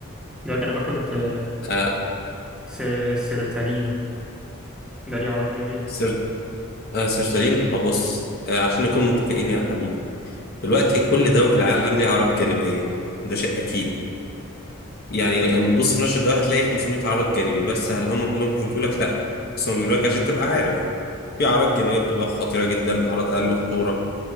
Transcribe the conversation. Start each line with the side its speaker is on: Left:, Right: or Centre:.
Centre: دلوقتي انا باخد آه،
Left: آه
Centre: سير سيروتالين ده ليه اعراض جانبيه
Left: سير آه سير سليم هبص آه عشان نكون متفقين يا حبيبي دلوقتي كل دواء في العالم ليه اعراض جانبيه ده شيء اكيد يعني لما بتبص في نشر الدواء هتلاقي 500 عرض جانبي بس هل هم كلهم هيجوا لك لا بس هم بيقولوا لك عشان تبقى عارف في اعراض جانبيه بتبقى خطيره جدا اعراض اقل خطوره